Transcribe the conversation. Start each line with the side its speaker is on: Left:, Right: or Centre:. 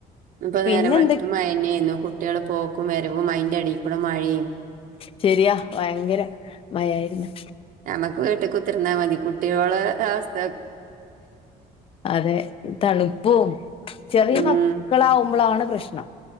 Right: പ്പൊ
Left: പിന്നെ
Right: നേരം വെളിത്തിട്ട്
Left: എന്തൊ
Right: മഴന്നായിരുന്നു കുട്ടികള് പോക്കും വരവും അയിന്റെ അടിയിൽ കൂടെ മഴ്യും
Left: ശെരിയാ വയങ്കര മയയായിര്ന്ന്
Right: ഞമ്മക്ക് വീട്ട്കുത്തിർന്നാ മതി കുട്ടിയോളെ ഒരഅവസ്
Left: അതെ തണുപ്പും. ചെറിയ
Right: ഉം
Left: മക്കളാവുമ്പളാണ് പ്രശ്നം.